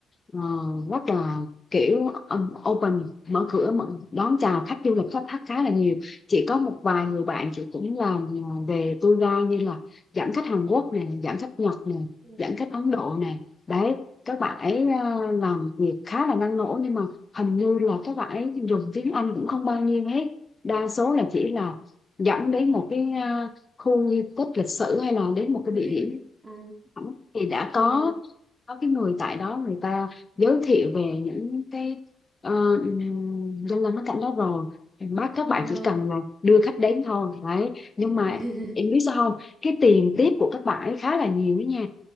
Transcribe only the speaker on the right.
Vâng.
di
tích
lịch sử- à,
vâng
vâng
<laughs>